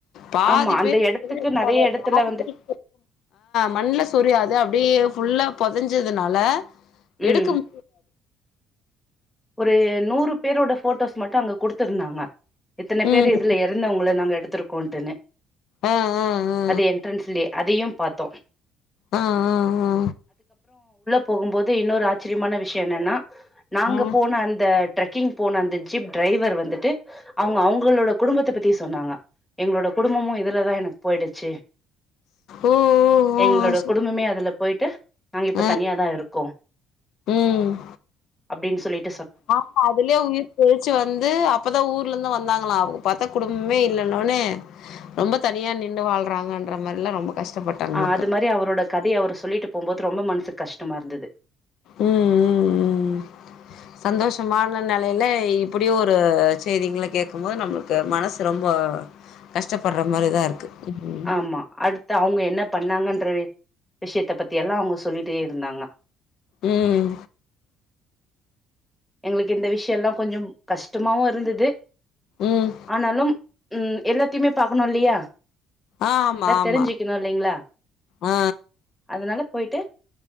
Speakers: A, on the left; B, in the centre.
A: பாதி
B: ஆமா அந்த
A: பேரு <inaudible>
B: எடத்துக்கு நெறைய
A: பாதி
B: எடத்துல வந்துட்டு
A: மண்ல சொரிய அதுஅப்டி ஃபுல்லா பொதஞ்சதுனால
B: ம்
A: எடுகும்
B: ஒரு நூறு பேரோட போடோஸ் மட்டு அங்க குடுதுருதாங்க எத்தன
A: ம்
B: பேர் இதுல எறந்தவகள நாங்க எடுதிருக் கொண்டுணு
A: ஆ ஆ ஆ
B: அது என்ட்ரன்ஸ்லயே அதையு பாத்தோ
A: ஆ ஆ ஆ
B: போகுபோது இனொரு ஆசரியமான விஷயோ என்னனா நாங்க
A: ம்
B: போன அந்த ட்ரெகிங் போன அந்த ஜீப் டிரைவர் வந்துட்டு அவங்க அவங்களோட குடும்பத்த பத்தி த்தி சொனாங்க எங்களோட குடும்பமு இதுலதா எனகு போயிடுச்சு
A: ஓ ஓ
B: எங்களோட
A: ஆ சூப்
B: குடும்பமே அதுல போயிட்டு நாங்க இப்போ
A: ஆ
B: தனியாதா இருகோ
A: ம்
B: அப்டின் சொலிட்
A: ஆமா அதுலயே உயிர் பொய்ச்சு வந்து அபதா ஊர்ல இருந்து வந்தாங்களா அவ பாத்தா குடும்ப மே இலனோனே ரொம்ப தனியா நின்னு வால்றாங்கற மாரிலா ரொம்ப கஷ்டப்பட்டாங்க
B: ஆ
A: மக்கள்
B: அது மாரி அவரோட கதைய அவர் சொல்லிட் போகுபோது ரொம்ப மனசுகு கஷ்டமா இருந்துது
A: ம் ம் ம் சந்தோஷமான நெலயில இப்டி ஒரு செய்திகள கேட்க போது நம்மளுகு மனசு ரொம்ப கஷ்டபடுற மாரிதா இருக்கு ம்
B: ஆமா அடுத் அவங்க என்ன பண்ணாகனு மற்ற விஷயத்த பத்தி எல்லா அவங்க சொலிட்டே இருந்தாங்க
A: ம்
B: எங்களுகு இந்த விஷயோ எல்லாகொஞ்ச கஷ்டமாவு இருந்துது
A: ம்
B: ஆனாலு ம் எல்லாதையுமே பாக்கணுலியா
A: ஆ ஆமா
B: எலா
A: ஆமா
B: தெரிஞ்சுகணு இலங்கிளா
A: ஆ
B: அதனால போயிட்டு